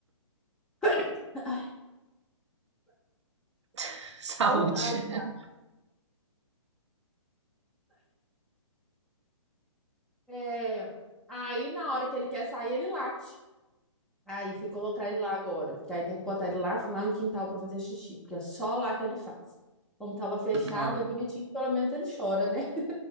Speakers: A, in the centre; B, on the right (about 60°).
A: <coughs> Ai,
B: <laughs> Saúde.
A: então, Aí tá. É, Aí na hora que ele quer sair, ele late. Aí fui colocar ele lá agora, porque aí tem que botar ele lá, lá no quintal para fazer xixi, porque é só lá que ele faz. Como tava fechado,
B: Não.
A: é bonitinho que pelo menos ele chora, né?